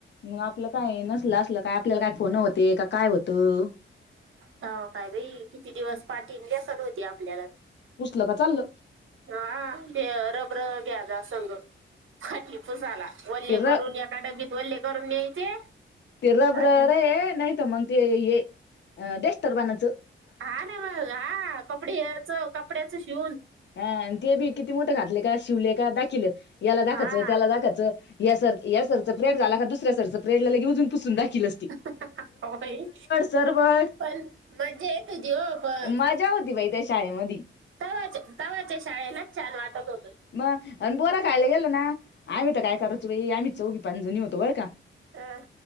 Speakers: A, on the left; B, on the right.
A: मग आपलं काय नसल असलं काय, आपल्याला काय फोन होते, का काय होतं?
B: तव्हा काय बाई किती दिवस पाठी लसन होती आपल्याला.
A: पुसलं का चाललं
B: हां हां त्या रबर घ्या जा संग. फरशी पुुसाला वल्ले
A: ते
B: करून,
A: र
B: एका डबीत वल्ले करून न्यायचे
A: ते रब्र
B: आणि
A: रेये नहीत मग ते हे डेस्टर बनाच.
B: हां ना मग हां कपडे याचं, कपड्याचं शिवून
A: हां ते बी किती मोठे घातले का, शिवले का, दाखीलं याला दाखाचं,
B: हा
A: त्याला दाखाचं. या सर या सरच पिरेड झा का, दुसऱ्या सरचं पिरेडला <unintelligible> पुसून दखील.
B: हं ह्हणं. हं हॊ बाई,
A: सरबड
B: पण मज्जा येत होती वो पण
A: मजा होती बाई त्या शाळेमदी.
B: तवाच्या तवाच्या शाळेलाच छान वाटत होतं.
A: मग अन बोरं खायला गेलो ना, आम्ही तर काय करायचो बाई आम्ही चौघी पाच जणी होतो बरं का.
B: अं?